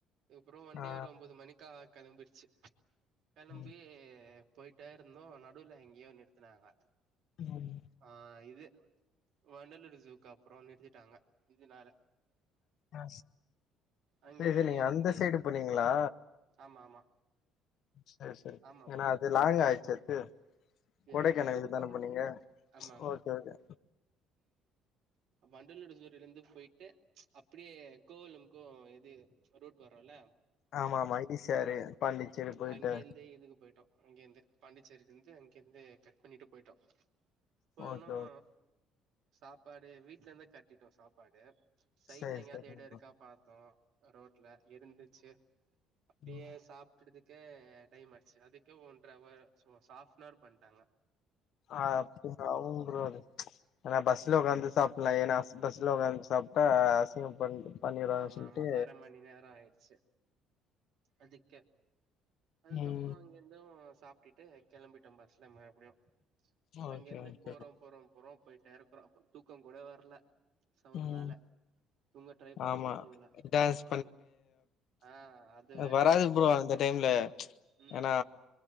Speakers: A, on the right (about 65°); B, on the left (about 60°).
A: அப்புறோ வண்டிஏற
B: ஆ
A: ஒம்பது மணிக்கா கெளம்பிடுச்சு கெளம்பி
B: ம்
A: போயிட்டே இருந்தம் நடுவில் எங்கேயும் நிறுத் த்துனாங்களா
B: ம்
A: ஆ இது வண்டலூரு ஜூக்கு அப்றோ நிறுத்திட்டாங்க இதுனால
B: ஆ,
A: அங்கேருந்து
B: சேரி சேரி நீங்க
A: எறங்கி
B: அந்த சைடு போனீங்களா
A: ஆமா ஆமா
B: சேரி சேரி
A: ஆமா
B: ஏன்னா
A: ப்ரோ
B: அது லாங்க்காயிச்சு
A: ம்
B: அது
A: யா
B: கொடைக்கானலுக்கு
A: சுத்திட்டு
B: தானே
A: போனோ
B: போனீங்க
A: ஆமா
B: ஓகே ஓகே
A: வண்டலூரு ஜூல இருந்து போயிட்டு அப்படியே கோவலம்க்கு இது ரூட் வரோல்ல
B: ஆமா ஆமா ஈ சி ஆர்ரு பாண்டிச்சேரி போயிட்டு
A: அங்கேந்து இதுக்கு போயிட்டோ அங்கேந்து பாண்டிச்சேரி இருந்து அங்க கேந்து கட் பண்ணிட்டு போயிட்டோம் போய்னும்
B: ஓகே ஓகே
A: சாப்பாடு வீட்ல இருந்து கட்டிட்டோம் சாப்பாடு து சைட்ல
B: சரி
A: எங்கயாவது
B: சரிங்க
A: எடம் இருக்கா
B: ப்ரோ
A: பாத்தோம் ரோட்ல இருந்துச்சு அப்டியே
B: ம்
A: சாப்பிட்டுதுக்கு கே டைமாச்சு அதுக்கே ஒன்ற அவர் பண்ணிட்டாங்க
B: ஆ அப்டி அவு அது ஏனா பஸ்ல உட்காந்து சாப் ஃபுல்லா ஏனா பஸ்ல உட்காந்து சாப்ட்டா அசிங்கம் பண்ட்டு பண்ணிறாங்க
A: ஆமா
B: சொல்லிட்டு
A: ஆமா அர மணி நேரோ ஆயிடுச்சு அதுக்கே அதுக்கப்பறோ
B: ம்
A: அங்கிருந்த சாப்பிட்டுட்டு கெளம்பிட்டோம் பஸ்ல மறுபடியு அங்கிருந்து
B: ஓகே ஓகே
A: போறோம்
B: ப்ரோ
A: போறோம் போறோம் போயிட்டே இருக்குறோம் அப்ப தூக்கம் கூட வரல சவுண்ட்னால
B: ம்
A: தூங்க ட்ரை பண்ணம்
B: ஆமா
A: முடியல
B: டான்ஸ்
A: ஆமா ஆ
B: அது
A: வேற
B: வராது ப்ரோ இந்த டைம்ல
A: ம்
B: ஏன்னா